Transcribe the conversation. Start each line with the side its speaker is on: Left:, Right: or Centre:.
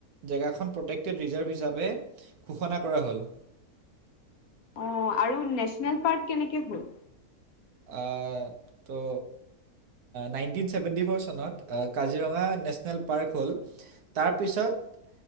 Right: জেগাখন প্ৰটেক্টেড ৰিজাৰ্ভ হিচাপে ঘোষণা কৰা হ'ল।
Left: অ আৰু নেশচনেল পাৰ্ক কেনেকে হ'ল?
Right: আ তো নাইনটিন ছেভেণ্টি ফ'ৰ চনত কাজিৰঙা নেশ্যনেল পাৰ্ক হ'ল, তাৰপিছত